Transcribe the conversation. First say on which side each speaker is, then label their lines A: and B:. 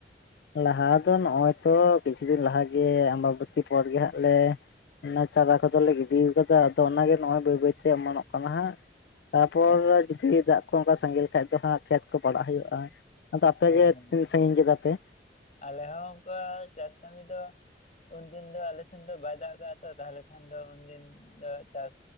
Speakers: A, on the left; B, on the left.
A: ᱞᱟᱦᱟ ᱫᱚ ᱱᱚᱜ-ᱚᱭ ᱛᱚ ᱠᱤᱪᱷᱩ ᱫᱤᱱ ᱞᱟᱦᱟ ᱜᱮ ᱟᱢᱵᱟᱵᱚᱹᱛᱤ ᱯᱚᱨ ᱜᱮ ᱦᱟᱸᱜ ᱞᱮ ᱚᱱᱟ ᱪᱟᱨᱟ ᱠᱚᱫᱚᱞᱮ ᱜᱤᱰᱤ ᱟᱠᱟᱫᱟ ᱛᱚ ᱚᱱᱟᱜᱮ ᱱᱚᱜ-ᱚᱭ
B: ᱦᱳᱭ
A: ᱵᱟᱹᱭ
B: ᱦᱳᱭ
A: ᱵᱟᱹᱭᱛᱮ ᱚᱢᱚᱱᱚᱜ ᱠᱟᱱᱟ ᱦᱟᱸᱜ ᱛᱟᱨᱯᱚᱨ
B: ᱟᱪᱪᱷᱟ
A: ᱡᱩᱫᱤ ᱫᱟᱜ ᱠᱚ ᱚᱱᱠᱟ ᱥᱟᱸᱜᱮ ᱞᱮᱠᱷᱟᱡ ᱫᱚ ᱦᱟᱸᱜ ᱠᱷᱮᱛ ᱠᱚ ᱯᱟᱲᱟᱜ ᱦᱩᱭᱩᱜ-ᱟ ᱟᱫᱚ ᱟᱯᱮᱜᱮ
B: ᱦᱳᱭ ᱦᱳᱭ
A: ᱛᱤᱱ ᱥᱟᱺᱜᱤᱧ ᱠᱮᱫᱟ ᱯᱮ
B: ᱟᱞᱮ ᱦᱚᱸ ᱚᱱᱠᱟ ᱪᱟᱥ ᱠᱟᱹᱢᱤ ᱫᱚ ᱩᱱᱫᱤᱱ ᱫᱚ ᱟᱞᱮᱥᱮᱱ ᱫᱚ ᱵᱟᱭ ᱫᱟᱜ ᱠᱟᱜ-ᱟ ᱛᱚ ᱛᱟᱦᱚᱞᱮ ᱠᱷᱟᱱ ᱫᱚ ᱩᱱᱫᱤᱱ ᱫᱚ ᱪᱟᱥ